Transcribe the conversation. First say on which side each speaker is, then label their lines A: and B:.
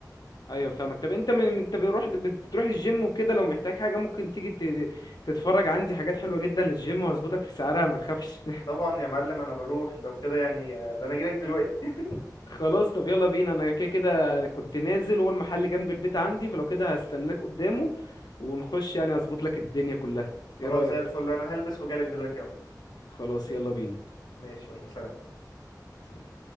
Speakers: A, on the left; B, on the left.
A: ايوه فاهمك طب انت من انت بتروح بتروح الجيم وكده لو محتاج حاجه ممكن تيجي ت- تتفرج عندي حاجات حلوه جدا للجيم وهظبطك في سعرها ما تخافش
B: طبعا يا معلم انا بروح لو كده يعني آه، ده انا جيلك دلوقتي <laughs>
A: <laughs> خلاص طب يلا بينا انا كده كده كنت نازل وهو المحل جنب البيت عندي فلو كده هستناك قدامه ونخش يعني اظبط لك الدنيا كلها ايه
B: خلاص
A: رايك
B: زي الفل انا هلبس وجالك دلوقتي اهو
A: خلاص يلا بينا
B: ماشي يلا سلام
A: سلام.